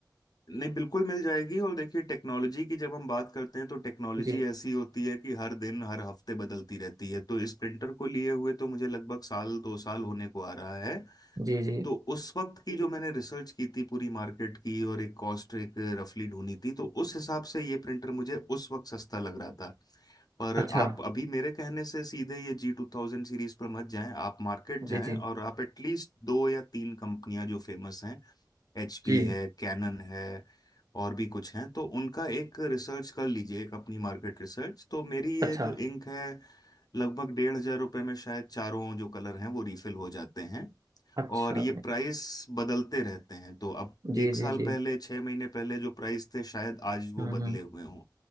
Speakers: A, on the left; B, on the right.
A: नहीं बिल्कुल मिल जाएगी और देखिए टेक्नोलॉजी की जब हम बात करते हैं तो टेक्नोलॉजी
B: जी
A: ऐसी होती है कि हर दिन हर हफ्ते बदलती रहती है तो इस प्रिंटर को लिए हुए तो मुझे लगभग साल दो साल होने को आ रहा है
B: जी जी
A: तो उस वक्त की जो मैंने रिसर्च की थी पूरी मार्केट की और एक कॉस्ट एक रफली ढूंढी थी तो उस हिसाब से ये प्रिंटर मुझे उस वक्त सस्ता लग रहा था पर
B: अच्छा
A: आप अभी मेरे कहने से सीधे ये जी टू थाउजेंड सीरीज पर मत जाएं आप मार्केट
B: जी
A: जाएं
B: जी
A: और आप एटलीस्ट दो या तीन कंपनियां जो फेमस हैं एचपी
B: जी
A: है कैनन है और भी कुछ हैं तो उनका एक रिसर्च कर लीजिए एक अपनी मार्केट रिसर्च तो मेरी
B: अच्छा
A: ये जो इंक है लगभग डेढ़ हजार रुपये में शायद चारों जो कलर हैं वो रिफिल हो जाते हैं
B: अच्छा
A: और ये प्राइस बदलते रहते हैं तो अब
B: जी
A: एक साल
B: जी जी
A: पहले छह महीने पहले जो प्राइस थे शायद आज वो
B: हम्म
A: बदले
B: हम्म
A: हुए हों